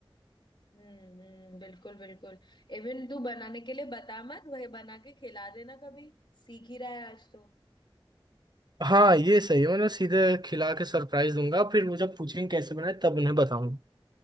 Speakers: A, on the left (about 55°); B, on the right (about 50°).
A: हम्म हम्म, बिल्कुल बिल्कुल इवन तू बनाने के लिए बता मत वही बना के खिला देना कभी सीख ही रहा है आज तो
B: हाँ ये सही है मतलब सीधे खिला के सरप्राइज दूंगा फिर वो जब पूछेंगे कैसे बनाए तब उन्हें बताऊंगा